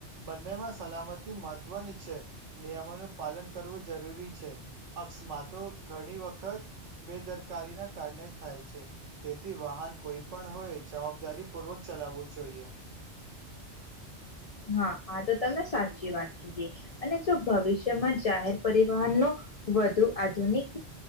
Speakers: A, on the right; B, on the left.
A: બંનેમાં સલામતી મહત્ત્વની છે નિયમોનું પાલન કરવું જરૂરી છે અકસ્માતો ઘણી વખત બેદરકારીના કારણે થાય છે તેથી વાહન કોઈ પણ હોય જવાબદારી પૂર્વક ચલાવવું જોઈએ
B: હા આ તો તમે સાચી વાત કીધી અને જો ભવિષ્યમાં જાહેર પરિવહન નુ વધુ આધુનિક